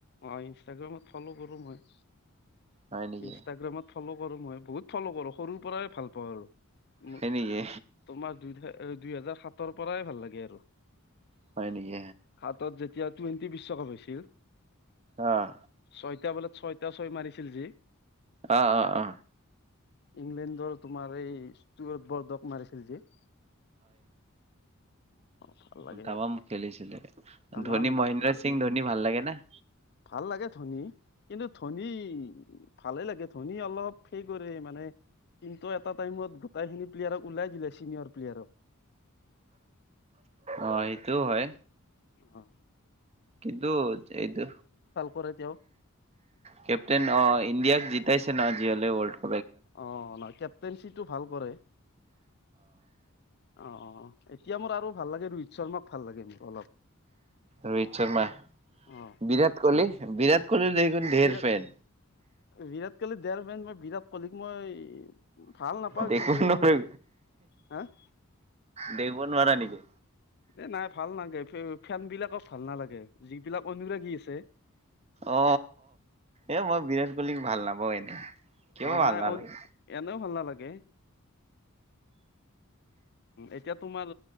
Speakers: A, on the left; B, on the right.
A: অ ইনষ্টাগ্ৰামত ফ'ল' কৰোঁ মই
B: হয় নেকি?
A: ইনষ্টাগ্ৰামত ফ'ল' কৰো মই বহুত ফ'ল' কৰোঁ সৰুৰ পৰাই ভাল পাওঁ আৰু
B: হয় নেকি?
A: তোমাৰ দু দুই হাজাৰ স তৰ পৰাই ভাল লাগে আৰু
B: হয় নেকি?
A: হাতত যেতিয়া টুৱেণ্টি বিশ্বকাপ হৈছিল।
B: আহ।
A: ছয়টা বলাত ছয়টা ছয় মাৰিছিল যি।
B: আ অঁ অঁ অঁ
A: ইংলেণ্ডৰ তোমাৰ এই ষ্টট বৰ্দক মাৰিছিল যে। ভাল লাগে
B: দুটামান খেলিছিলে,
A: তামান
B: ধনী মহেন্দ্ৰ সিং ধনী ভাল লাগে। নে
A: ভাল লাগে ধনী কিন্তু ধনী ভালে লাগে ধনী অলপ সেই কৰে, মানে কিন্তু এটা টাইমত গোটেইখিনি প্লেয়াৰক ওলাই দিলে চিনিয়ৰ প্লেয়াৰক।
B: অ সেইটোও হয়।
A: অঁ
B: কিন্তু এইটো
A: কৰে তেওঁ
B: কেপটেইন অ ইণ্ডিয়াক জ <unintelligible>
A: অ নহ কেপটেনশিটো ভাল কৰে অ। এতিয়া মোৰ আৰু ভাল লাগে ৰোহিত শৰ্মাক ভাল লাগে মোৰ অলপ
B: ৰোহিত শৰ্মা
A: অ
B: বিৰাট
A: হিতমেন
B: কোহলি বিৰাট কোহলি দেখোন ধেৰ
A: বিৰাট
B: ফেন
A: বিৰাট <unintelligible> দেৰ মিন ম বিৰা কলিক মই ভাল নাপাওঁ
B: দেখিব
A: কিন্তু
B: নোৱাৰ
A: হা <inaudible>
B: দেখিব নোৱাৰা নেকি
A: এ নাই ভাল নাগে ফেন বিলাকক ভাল নালাগে যিবিলাক অনুৰাগী আছে।
B: অ এ মই বিৰাট কোহলী ভাল নাপাওঁ এনে কিয়
A: অ
B: ভাল
A: নাই
B: নালাগে
A: এনেও ভাল নালাগে। এতিয়া তোমাৰ